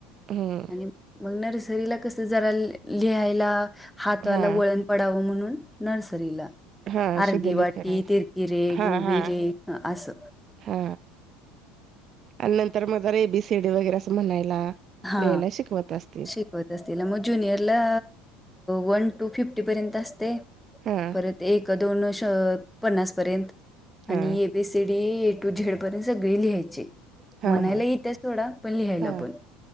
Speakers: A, on the right (about 45°); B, in the centre.
A: हम्म
B: आणि मग नर्सरीला कस जरा लिहायला हातला
A: हा
B: वळ पडावं म्हणून नर्सरीला
A: हा
B: अर्दी
A: शुद्धलेखन
B: वाटी, तिरकी रेघ,
A: हा
B: उभी
A: हा
B: रेघ असं
A: हा आणि नंतर म ज एेबीसीडी वगैरे अस म्हणायला.
B: हा
A: लिहायला शिकवत असतील
B: शिकत तला मग ज्युनियरला वन टू फिफ्टी पर्यंत असते.
A: हां
B: दोन पन्नास पर्यंत आणि
A: हा
B: बेसीडी ए टू झेडपर्यंत सगळी लिहायची म्हणायला
A: हा हा
B: येतेचथोडा पण लिहायला
A: हा
B: पण